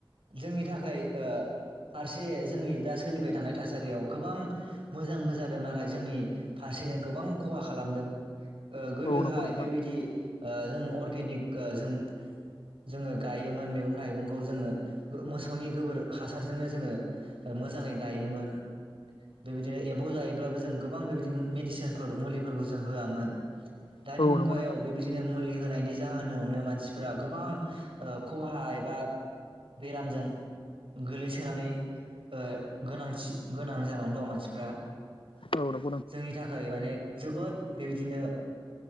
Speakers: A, on the right; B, on the left.
A: जोंनि थाखाय ओ फारसे जोंनि दा सोलिबाय थानाय थासारियाव गोबां मोजांबो जादों नाथाय जोंनि। फारसे गोबां खहा खालामदों। ओ गोदोहाय
B: नंगौ नोंथां औ नंगौ नोंथां औ नंगौ नोंथां औ नंगौ नोंथां
A: बेबायदि ओ जों अर अरगेनिक जों जोङो गायोमोन मैगं थाइगंखौ जोङो मोसौनि गोबोर हासारजोंनो जोङो मोजाङै गायोमोन बेबायदिनो एम्फौ जायोब्लाबो जों गोबां बेबायदिनो मेडिसिनफोर मुलिफोरखौ जों होआमोन। दानि
B: औ
A: मुगायाव
B: नंगौ
A: बेबायदिनो मुलि होनायनि जाहोनावनो मानसिफोरा गोबां। ओ खहा एबा बेरामजों गोलैसोनानै ओ गोनांथि गोनां जानानै दं मानसिफ्रा
B: औ
A: जोंनि थाखाय माने जोबोद बेबायदिनो